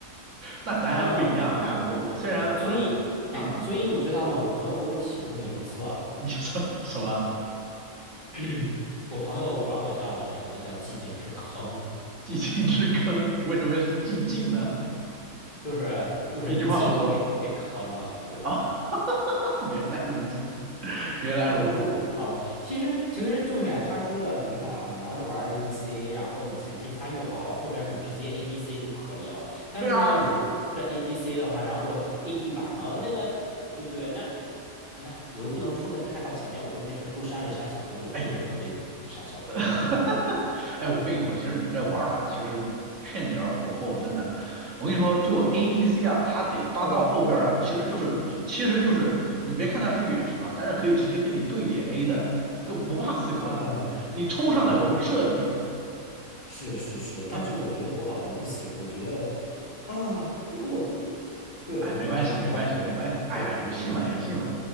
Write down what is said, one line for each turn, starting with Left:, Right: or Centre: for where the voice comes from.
Right: 那咱还不一样，
Left: 嗯，
Right: 哎，我我虽然玩，
Left: 所以，
Right: 嗯，
Left: 哎，所以你知道吗？我朋友给我起了个名字啊，
Right: 你什么什么
Left: <clears throat> 我朋友管我叫的名字叫“寂静之坑”，
Right: 寂静之坑，为什么是寂静呢？
Left: 就是就是近一点被坑了。
Right: 一句话不说
Left: 对，
Right: 啊，<laughs> 原来如此，原来如此，
Left: 他总说我坑，其实其实就是呀、他说了，你看啊，你要是玩 ADC，然后你前期发育好了，后边你直接 ADC 就可以了。但是呢，
Right: 对啊，
Left: 你说这 a d c 的话，然后 AD 版嘛，那个对不对？那啊，那我又不能冲的太靠前面，我就没事多杀一杀小兵，我觉得我特别去杀小兵。
Right: 哎 <laughs> 哈哈，哎，我跟你说，其实你这玩法其实欠点儿火候，真的。我跟你说，就 ADC 啊，它得搭到后边儿啊，
Left: 对啊，
Right: 其实就是其实就是你别看它是远程啊，但是可以直接跟你对脸 A 的，就不怕刺客的，
Left: 啊，
Right: 就你冲上来我就射你。
Left: 我觉得我是是是，但是我觉得我好像不行，
Right: <laughs>
Left: 我觉得啊，我觉得我对我我达不到个层次，
Right: 哎，没关系，没关系，没关系。哎呀，游戏嘛，
Left: 对不对，老师？
Right: 游戏嘛。